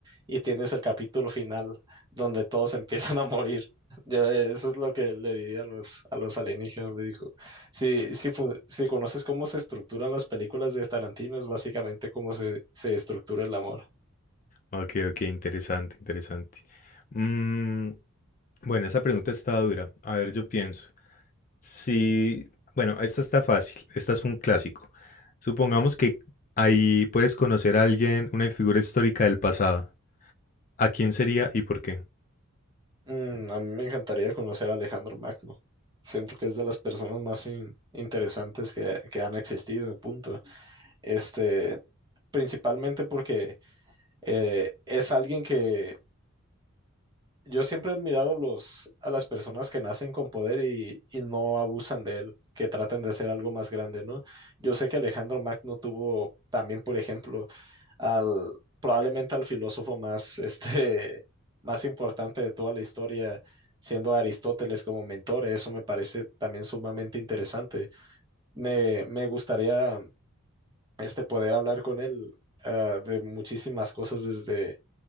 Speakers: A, on the right; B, on the left.
A: y tienes el capítulo final donde todos <laughs> empiezan a morir. Yo, eh, eso es lo que le diría a los, a los alienígenas, le digo. Si, si, fu- si conoces cómo se estructuran las películas de Tarantino, es básicamente cómo se, se estructura el amor.
B: Ok, ok, interesante, interesante. Mm, Bueno, esa pregunta está dura. A ver, yo pienso. Si, bueno, esta está fácil. Esta es un clásico. Supongamos que ahí puedes conocer a alguien, una figura histórica del pasado. ¿A quién sería y por qué?
A: Mm, a mí me encantaría conocer a Alejandro Magno. Siento que es de las personas más in- interesantes que, que han existido, punto. Este, principalmente porque eh, es alguien que yo siempre he admirado los, a las personas que nacen con poder y, y no abusan de él, que traten de ser algo más grande, ¿no? Yo sé que Alejandro Magno tuvo también, por ejemplo, al probablemente al filósofo más, <laughs> este, más importante de toda la historia, siendo a Aristóteles como mentor. Eso me parece también sumamente interesante. Me, me gustaría este, poder hablar con él ah, de muchísimas cosas desde